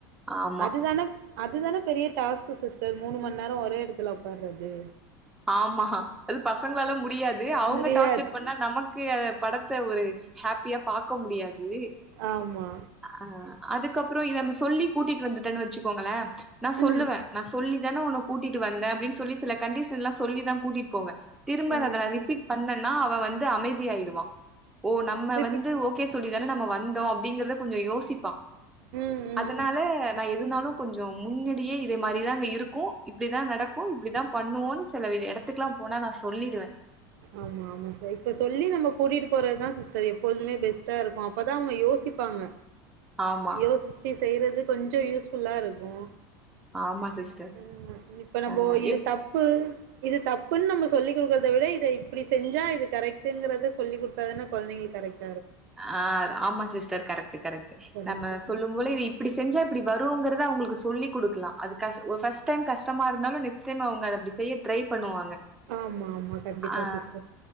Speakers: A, in the centre; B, on the right.
A: ஆமா
B: அதுதானே அதுதானே பெரிய டாஸ்க் க்கு சிஸ்டர் மூணு மணி நேரோ ஒரே எடத்துல உக்கார்றது
A: ஆமா அது பசங்களால முடியா து அவங்க
B: முடியாது
A: டார்ச்சர் பண்ணா நமக்கு அ படத்த ஒரு ஹாப்பியா பாக்க முடியாது
B: ஆமா
A: ஆ அதுக்கப்புறோ இத நம்ம சொல்லி கூட்டிட்டு வந்துட்டோனு வச்சுக் கோங்ளே நா சொல்லுவ
B: ம்
A: நா சொல்லி தானே உன்ன கூட்டிட்டு வந்த அப்டீனு சொல்லி சில கண்டீஷ் எல்லா சொல்லிதா கூட்டிட்டு போவே திரும்ப
B: ஆ
A: நா அத ரிபீட் பண்ணேனா அ வ வந்து அமைதியாயிடுவா ஓ நம்ம
B: திருப்பி
A: வந்து ஓகே சொல்லி தானே நம்ம வந்தோ அப்டீங்கறத கொஞ்சோ யோசிப்பா
B: ம் ம்
A: அதனால நா எதுனாலு கொஞ்சோ முன்னடியே இதே மாதிரிதாங்க இருக்கோ இப்டிதா நடக்கும் இப்டீதா பண்ணுவோனு சில எடத்துக்குலா போனா நா சொல்லிடுவ
B: ஆமா ஆமா சிஸ்டர் இப்ப சொல்லி நம்ம கூட்டிட்டு போறதுதா சிஸ்டர் எப்பொழுதுமே பெஸ்டா இருக்கோ அப்பதா அவுங்க யோசிப் பாங்க
A: ஆமா
B: யோசிச்சு செய்யறது கொஞ்சோ யூஸ்ஃபுல்லா இருக்கோ
A: ஆமா சிஸ்டர்
B: ஆமா இப்ப நம்மோ
A: அ
B: இது
A: எப்
B: தப்பு இது தப்புன்னு நம்ம சொல்லி் கொடுக்குறத விட இதப் இப்புடி செஞ்சா இது கரெக்டுங்கறத சொல்லி குடுத்தாதான கொழந்தைங்களுக் கரெக்ட்
A: ஆ ஆமா சிஸ்டர் கரெக்டு கரெக்டு
B: கரெக்ட்டு
A: நம்ம சொல்லும் போல இப்படி செஞ்சா இப்படி வருங்கறத அவுங்குளுக்கு சொல்லிக் குடுக்கலா அது கஷ் ஒரு ஃபர்ட் டைம் கஷ்டமா இருந்தாலு நெக்ஸ்ட் டைம் அவுங்க அத அப்டி செய்ய ட்ரை பண்ணுவாங்க
B: ஆமா ஆமா கண்டிப்பா
A: ஆ
B: சிஸ்டர்